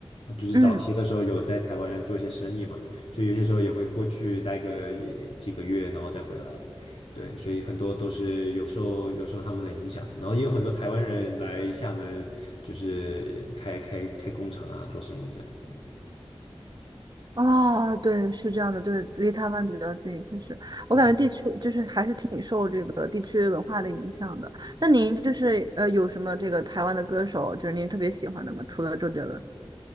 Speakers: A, on the left; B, on the right.
A: 就是早期的时候有在台湾做一些生意嘛，
B: 嗯，
A: 所以有些时候也会过去待个几个月，然后再回来。对，所以很多都是有受有受他们的影响，然后也有很多台湾人来厦门，就是开开开工厂啊，做生意这样。嗯，
B: 啊，对，是这样的，对，离台湾比较近，确实，我感觉地区就是还是挺受这个地区文化的影响的。
A: 对。
B: 那您就是呃有什么这个台湾的歌手，就是您特别喜欢的吗？除了周杰伦？